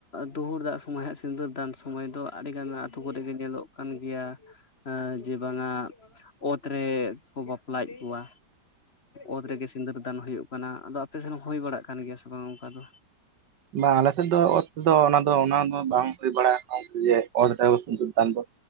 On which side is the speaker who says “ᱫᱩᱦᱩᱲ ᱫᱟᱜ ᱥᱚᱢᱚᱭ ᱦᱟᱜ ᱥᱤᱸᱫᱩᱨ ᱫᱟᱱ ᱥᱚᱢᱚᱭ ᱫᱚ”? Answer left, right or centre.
Left